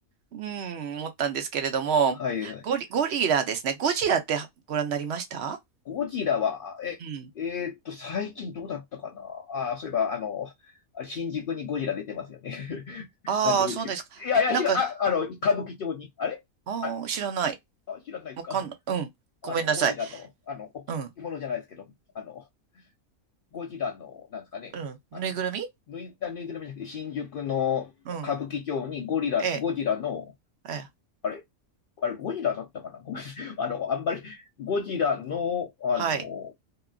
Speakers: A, on the right; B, on the left.
A: うん、思ったんですけれども、
B: はい。
A: ゴリ、ゴリラですね。ゴジラってご覧になりました
B: ゴジラは、え、
A: うん。
B: えーっと、最近どうだったかなあー、そういえば、あの、あれ新宿にゴジラ出てますよね。<laughs>
A: ああ、
B: なんでもいいですけど。
A: そうですか。
B: いやいや、
A: なんか、
B: 知ら、あ、あの、歌舞伎町に。あれあ、
A: ああ、知らない。
B: あ知らないですか
A: わかんない。うん。
B: <laughs>
A: ごめんなさい。
B: あの、ゴジラの、あの、おき、
A: うん。
B: 置物じゃないですけど、あの、ゴジラの、なんですかね、
A: うん。
B: あの、
A: ぬいぐるみ
B: ぬい、あぬいぐるみじゃなくて、新宿の歌舞伎町にゴリラ、
A: うん。ええ。
B: ゴジラの、
A: ええ。
B: あれあれ、ゴジラだったかなごめん。<laughs> あの、あんまり、ゴジラの、あの、
A: はい。